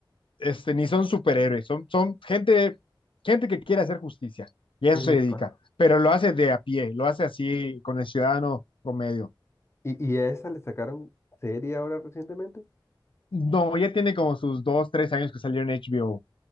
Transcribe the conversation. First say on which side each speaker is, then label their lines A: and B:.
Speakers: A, on the left; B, on the left.
A: este, ni son superhéroes, son, son gente, gente que quiere hacer justicia y a eso se dedica,
B: Epa.
A: pero lo hace de a pie, lo hace así con el ciudadano promedio.
B: ¿Y, y a esa le sacaron serie ahora recientemente?
A: No, ya tiene como sus dos, tres años que salió en HBO.